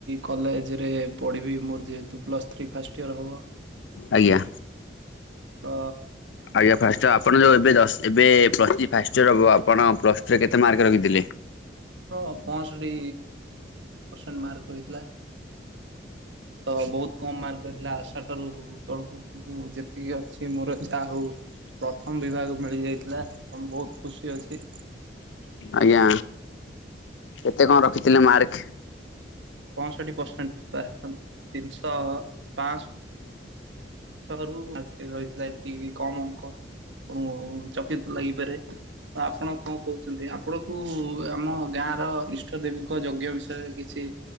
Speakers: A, on the right (about 85°); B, on the left (about 85°).
A: କଲେଜ ରେ। ପଢ଼ିବି, ମୋର ଯେହେତୁ ପ୍ଲସ୍ ଥ୍ରୀ ଫାଷ୍ଟ ଇୟର ହବ।
B: ଆଜ୍ଞା
A: ଅ।
B: ଆଜ୍ଞା, ଫାର୍ଷ୍ଟ ଆପଣ ଯୋଉ ଏବେ ଜସ ଏବେ ପ୍ଲସ ଥ୍ରି ଫାର୍ଷ୍ଟ ଇୟର ହବ, ଆପଣ ପ୍ଲ ରେ କେତେ ମାର୍କ ରଖିଥିଲେ?
A: ମୋର ପଂଷଠି ପରସେଣ୍ଟ ମାର୍କ ରହିଥିଲା। ତ ବହୁତ କମ ମାର୍କ ରହିଥିଲା ଆସା ଠାରୁ ବହୁ ତଳକୁ କିନ୍ତୁ ଯେତିକି ଆସଛି ମୋର ଯାହା ହଉ ପ୍ରଥମ ବିଭାଗ ମିଳିଯାଇଥିଲା ତ ମୁ ବହୁତ ଖୁସି ଅଛି।
B: ଆଜ୍ଞା କେତେ କଣ ରଖିଥିଲେ ମାର୍କ।
A: ପଂଷଠି ପର୍ଶେଣ୍ଟ ପା ତିନିଶହ ପାଂସ ରୁ ମାର୍କେ ରହିଥିଲା ଏତିକି କମ ଅଙ୍କ। ଆପଣଙ୍କୁ ଚକିତ ଲାଗିପାରେ ଆପଣ କହୁଛନ୍ତି ଆପଣ କୁ ଆମ ଗାଁ ଗାଁ ର ଇଷ୍ଟ ଦେବୀଙ୍କ ଯଜ୍ଞ ବିଷୟରେ କିଛି